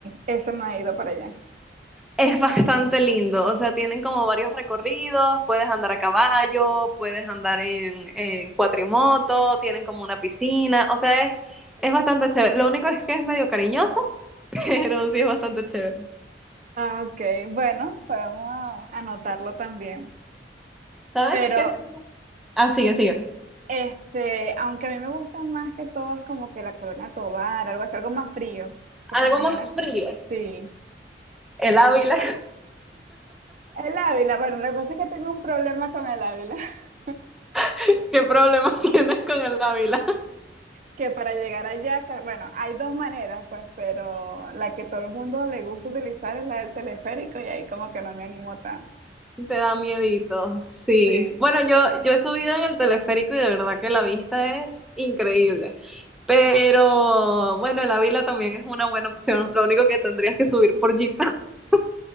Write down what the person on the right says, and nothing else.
eso me ha ido para allá.
Ah, Ok, bueno, podemos anotarlo también.
Pero,
este, aunque a mí me gusta más que todo es como que la Corona Tobar, algo así, algo más frío. Porque
imagina,
sí.
El Ávila, bueno, lo que pasa es que tengo un problema con el Ávila, <laughs>
que para llegar allá, ca- bueno, hay dos maneras, pues, pero la que todo el mundo le gusta utilizar es la del teleférico y ahí como que no me animo tanto.
Sí.